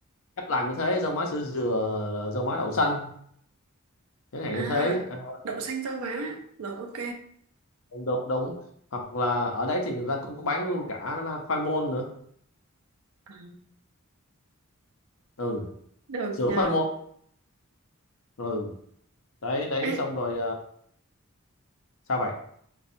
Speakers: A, on the left (about 65°); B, on the right (about 75°).
A: cách làm như thế rau má sữa dừa rau má đậu xanh chẳng hạn
B: à
A: như thế Ờ,
B: đậu xanh rau má rồi ok
A: đúng đúng đúng hoặc là ở đấy thì người ta cũng có bán luôn cả là khoai môn nữa
B: à,
A: ừ
B: được
A: sữa
B: nhờ
A: khoai môn ừ đấy đấy
B: Ê,
A: xong rồi ờ, sao bạn